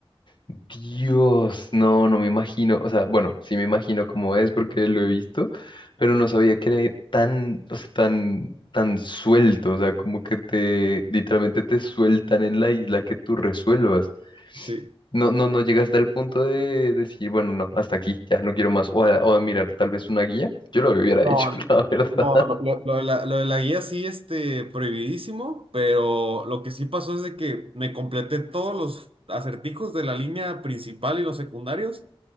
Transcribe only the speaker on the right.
Sí.
No,
no, lo- Lo, lo de la, lo de la guía sí, este, prohibidísimo, pero lo que sí pasó es de que me completé todos los acertijos de la línea principal y los secundarios,